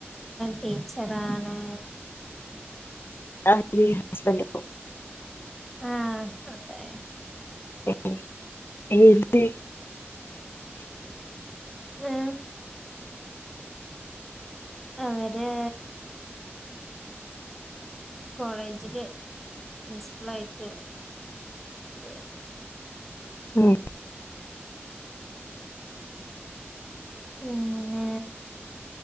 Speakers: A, in the centre; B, on the left.
A: ടീച്ചറാണ്
B: ആടീ ഹസ്ബൻഡിപ്പം
A: ആ അതെ
B: ഏ എന്ത്
A: ആം അവര് കോളേജില് പ്രിൻസിപ്പൽ ആയിട്ട് <unintelligible>
B: ഉം
A: പിന്നെ